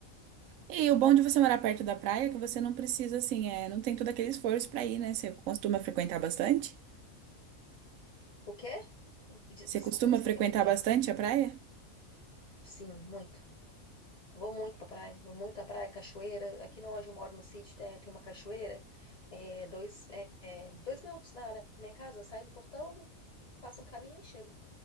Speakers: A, on the right; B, on the left.
A: E o bom de você morar perto da praia é que você não precisa, assim, é, não tem todo aquele esforço pra ir, né? Você costuma frequentar bastante?
B: O quê? De-
A: Você
B: Desculpa,
A: costuma
B: não escutei
A: frequentar
B: muito bem.
A: bastante a praia?
B: Sim, muito. Vou muito pra praia, vou muito na praia, cachoeira. Aqui no onde eu moro, no sítio, tem, tem uma cachoeira. É, dois, é, é, dois minutos da da minha casa, eu saio no portão, faço um caminho e chego.